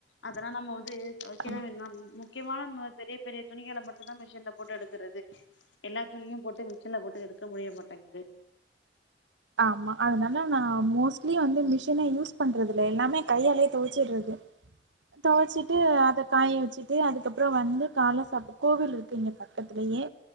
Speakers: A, on the left; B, on the right.
A: அதெல்லா நம்ம வந்து தொவைக்கதான
B: ஆமா
A: வேணம் ம் முக்கியமான ம பெரிய பெரிய துணிகள மட்டுந்தா மிஷின்ல போட்டு எடுக்குறது எல்லா துணியு போட்டு மிஷின்ல போட்டு எடுக்க முடிய மாட்டேங்குது
B: ஆமா அதனால நான் மோஸ்ட்லி வந்து மிஷினே யூஸ் பண்றது இல்ல எல்லாமே கையாலயே தொவச்சிட்றது தொவச்சிட்டு அத காய வச்சுட்டு அதுக்கப்றோ வந்து கால்ல சாப்டு கோவில் இருக்கு இங்க ப பக்கத்துலயே